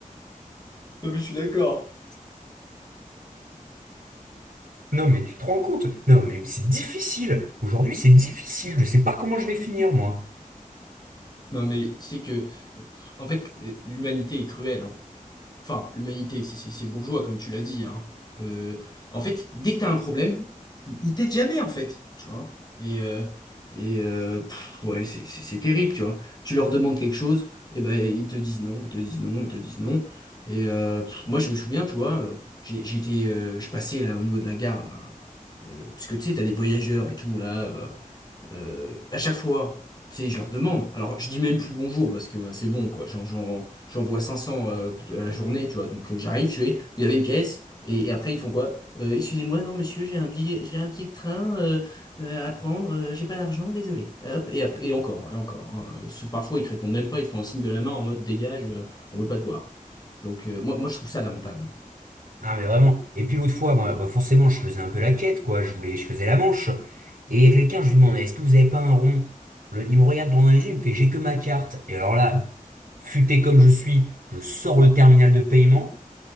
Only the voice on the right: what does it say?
Non, mais tu te rends compte? Non, mais c'est difficile. Aujourd'hui, c'est difficile. Je sais pas comment je vais finir, moi.
Ah mais vraiment. Et puis l'autre fois, moi, bah forcément, je faisais un peu la quête, quoi. Je voulais, je faisais la manche. Et il y a quelqu'un, je lui demandais, est-ce que vous avez pas un rond? Le- il me regarde droit dans les yeux, il me fait, j'ai que ma carte. Et alors là, futé comme je suis, je sors le terminal de paiement.